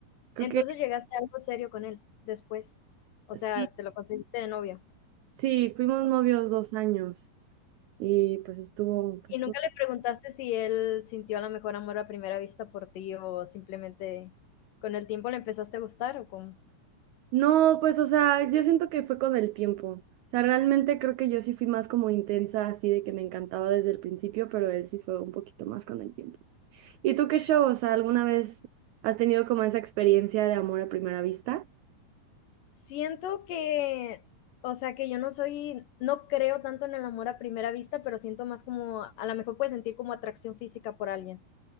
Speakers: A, on the right; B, on the left.
A: Creo
B: Entonces,
A: que
B: llegaste a algo serio con él después, o
A: sí,
B: sea, te lo conseguiste de novio,
A: sí, fuimos novios dos años y pues estuvo, pues
B: ¿y
A: estuvo.
B: nunca le preguntaste si él sintió a lo mejor amor a primera vista por ti o simplemente con el tiempo le empezaste a gustar o cómo?
A: No, pues o sea, yo siento que fue con el tiempo. O sea, realmente creo que yo sí fui más como intensa, así de que me encantaba desde el principio, pero él sí fue un poquito más con el tiempo. ¿Y tú qué show? O sea, ¿alguna vez has tenido como esa experiencia de amor a primera vista?
B: Siento que, o sea, que yo no soy no creo tanto en el amor a primera vista, pero siento más como a lo mejor puedes sentir como atracción física por alguien,